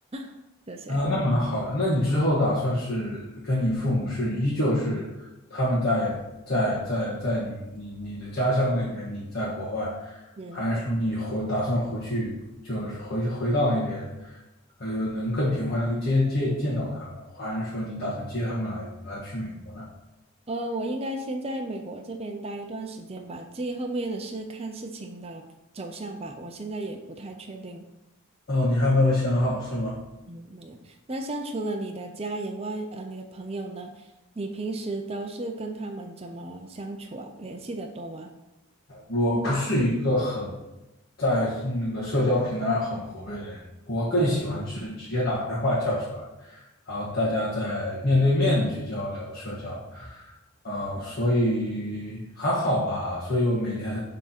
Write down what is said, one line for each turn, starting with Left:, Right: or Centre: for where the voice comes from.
Right: <laughs> 这些。
Left: 啊，那蛮好的。那你之后打算是跟你父母是依旧是他们在在在在你们你你的家乡那边，你在国外，
Right: 嗯
Left: 还是说你回打算回去就是回回到那边，呃，能更频繁的接接见到他们，还是说你打算接他们来来去美国呢？
Right: 呃，我应该先在美国这边待一段时间吧，至于后面的是看事情的走向吧，我现在也不太确定。
Left: 哦，你还没有想好是吗？
Right: 嗯，没有。那像除了你的家人外，呃，你的朋友呢？你平时都是跟他们怎么相处啊？联系的多吗？
Left: 我不是一个很在那个社交平台上很活跃的人，我更喜欢是直接打电话叫出来，然后大家在面对面的去交流社交。呃，所以还好吧，所以我每天